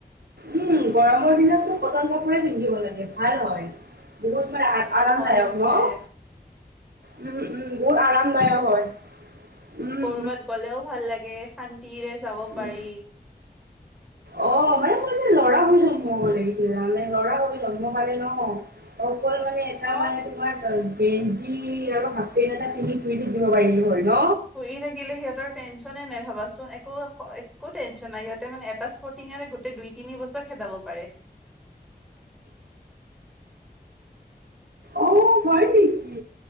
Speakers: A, on the right; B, in the centre.
A: উম, গৰমৰ দিনতটো কটন কাপোৰে পিন্ধিব লাগে ভাল হয়। বহুত ভাল আৰামদায়ক
B: হয় সেইটোৱে
A: ন'? উম -উম বহুত আৰামদায়ক হয়। উম
B: কৰবাত গ'লেও ভাল লাগে শান্তিৰে যাব পাৰি
A: উম, অহ মানে ল'ৰা হৈ জন্ম হব লাগিছিল জানানে লৰা হৈ জন্ম পালে ন' গল মানে এটা
B: অ
A: মানে তোমাৰ গেঞ্জি আৰু হাফপেণ্ট এটা পিনহি ঘূৰি থাকিব পাৰিলো হয় ন।
B: ঘূৰি থাকিলে সিহঁতৰ টেনচনে নাই ভাবাচোন একো একো টেনচন নাই সিহঁতে মানে এটা স্প টিঙেৰে গোটেই দুই তিনি বছৰ খেদাব পাৰে
A: অ হয় নেকি